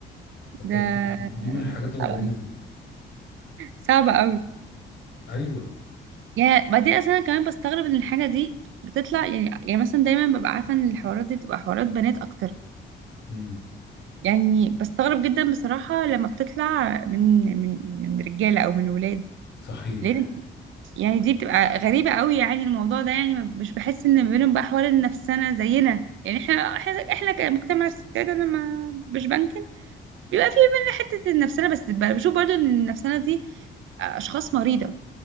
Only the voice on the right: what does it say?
ده
صعب أوي، صعبة قوي
يعني بعدين اصلا انا كمان بستغرب ان الحاجة دي بتطلع يعني يعني مثلا دايما ببقى عارفة ان الحوارات دي بتبقى حوارات بنات اكتر
يعني بستغرب جدا بصراحة لما بتطلع من من من رجالة او من ولاد
لان يعني دي بتبقى غريبة قوي يعني الموضوع ده يعني ما- مش بحس ان ما بينهم بقى حوار النفسنا زينا يعني احنا احنا احنا كمجتمع الستات انا ما مش بنكر بيبقى فيه مننا حتة النفسانة بس ب- بشوف برضو ان النفسانة دي اشخاص مريضة